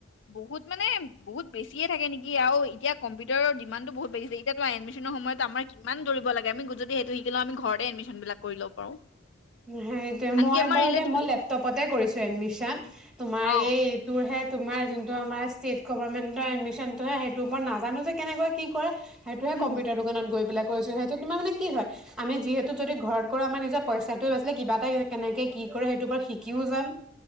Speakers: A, on the left; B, in the centre.
A: বহুত মানে বহুত বেছিয়ে থাকে নেকি আৰু এতিয়া কম্পিউটাৰৰ ডিমান্দতো বহুত বেছি এতিয়াটো এডমিশ্যন সময়ত আমাৰ কিমান দৌৰিব লাগে আমি যদি সেইটো শিকি লও আমি ঘৰতে এডমিশ্যন বিলাক কৰি ল'ব পাৰো।
B: সেইটোৱে
A: আনকি
B: মই
A: আমাৰ
B: বাৰু
A: ৰিলেটিভ
B: দে মই লপটপতে কৰিছো এডমিশ্যন তোমাৰ
A: অ
B: এই তোমাৰ যোনতো আমাৰ ষ্টেটগবমেনট এডমিশ্যনটোয়ে হেইতো ওপৰত নাজানো যে কেনেকৈ কি কৰে। সেইটোহে
A: উম
B: কম্পউটাৰ দোকানত গৈপিলাই গৈছো সেইটো তোমাৰ মান কি হয় আমি যিহেতু যদি ঘৰত কৰা আমাৰ নিজা পইচাটোে বাছিলে কিবা এটা কেনেকে কি কৰে সেইটোৰওপৰত শিকিও যাম।